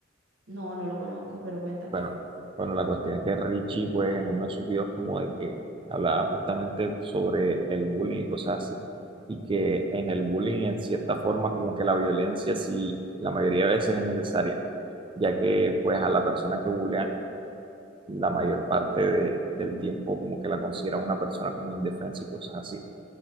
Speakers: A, on the right (about 80°); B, on the right (about 25°).
A: No, no lo conozco, pero cuéntame.
B: Bueno, bueno, la cuestión es que Richie, pues, en uno de sus videos como de que hablaba justamente sobre el bullying y cosas así, y que en el bullying, en cierta forma, como que la violencia sí, la mayoría de veces es necesaria, ya que, pues, a la persona que bullean, la mayor parte de- del tiempo como que la consideran una persona como indefensa y cosas así,